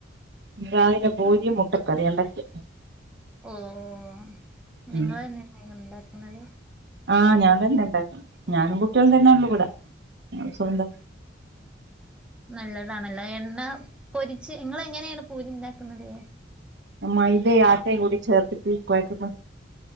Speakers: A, on the right; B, in the centre.
A: ഇന്ന് രാവിലെ പൂരിം മുട്ടക്കറിയാ ഇണ്ടാകിയെ
B: ഓഓഹ് നിങ്ങളെന്നെയ
A: ഉം
B: ഇണ്ടാക്കുന്നത്
A: ആഹ് ഞാൻ തന്നെണ്ടാക്കും ഞാനും കുട്ടിയളും തന്നെള്ളൂ ഇബിടെ ഞങ്ങള് സ്വന്താ
B: നല്ലതാണല്ലേ എണ്ണ പൊരിച്ച് ഇങ്ങളെങ്ങനെണ് പൂരിണ്ടാക്കുന്നത്
A: മൈത ആട്ടയും കൂടി ചേർത്തിട്ട് കോഴക്കുന്നു